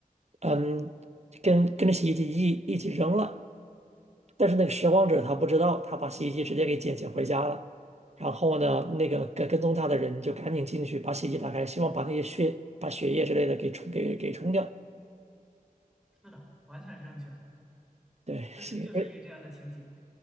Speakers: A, on the right; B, in the centre.
A: 嗯，跟跟着洗衣机一一起扔了。但是那个拾荒者他不知道，他把洗衣机直接给捡捡回家了。然后呢，那个跟跟踪他的人就赶紧进去把洗衣机打开，希望把那些血、把血液之类的给冲给给冲掉。
B: 是的，完全正确，
A: 对，
B: 就是就是一个这样的情景
A: 洗，